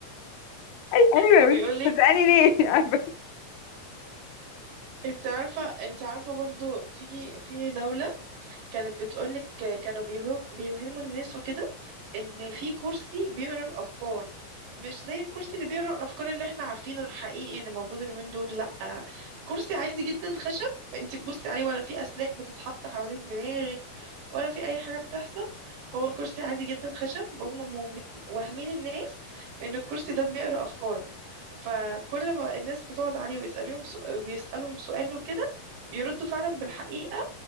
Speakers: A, on the left; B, on the right.
A: أي أيوة
B: طب
A: يا
B: بيقول
A: بنتي
B: لك
A: صدقاني ليه <laughs> عارفة؟
B: انت عارفه انت عارفه برضو في في دوله كانت بتقول لك كانوا بيهم بيوهموا الناس وكده ان في كرسي بيقرا الافكار مش زي الكرسي اللي بيقرا الافكار اللي احنا عارفينه الحقيقي اللي موجود اليومين دول لا كرسي عادي جدا خشب انت تبصي عليه ولا في اسلاك بتتحط حوالين دماغك ولا في اي حاجه بتحصل هو كرسي عادي جدا خشب هم مو- واهمين الناس ان الكرسي ده بيقرا افكارك فكل ما الناس بتقعد عليه ويسالهم سؤ- ويسالهم سؤال وكده بيردوا فعلا بالحقيقه